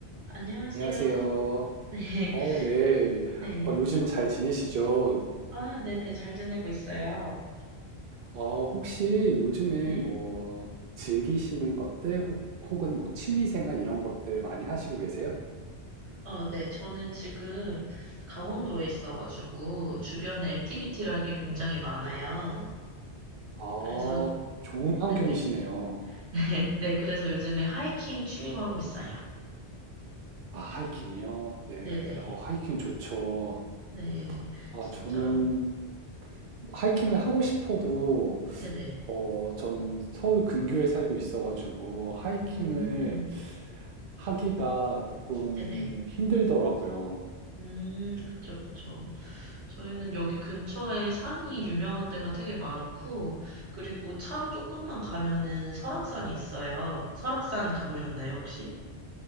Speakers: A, on the right; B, on the right.
A: 안녕하세요.
B: 안녕하세요.
A: <laughs> 네,
B: 어, 네.
A: 네.
B: 어, 요즘 잘 지내시죠?
A: 아, 네네, 잘 지내고 있어요.
B: 어, 혹시 요즘에
A: 네.
B: 뭐 즐기시는 것들 혹, 혹은 뭐 취미생활 이런 것들 많이 하시고 계세요?
A: 어, 네. 저는 지금 강원도에 있어가지고 주변에 액티비티를 할 게 굉장히 많아요.
B: 아,
A: 그래서,
B: 좋은 환경이시네요.
A: 네네. <laughs> 네, 그래서 요즘에 하이킹 취미로 하고 있어요.
B: 아, 하이킹이요? 네.
A: 네네. 네,
B: 어, 하이킹 좋죠.
A: 네,
B: 아,
A: 진짜,
B: 저는 하이킹을 하고 싶어도,
A: 네네.
B: 어, 저는 서울 근교에 살고 있어가지고, 하이킹을
A: 음,
B: 하기가 조금
A: 네네.
B: 힘들더라고요.
A: 음, 그쵸, 그쵸. 저희는 여기 근처에 산이 유명한 데가 되게 많고, 그리고 차로 조금만 가면은 설악산이 있어요. 설악산 가보셨나요, 혹시?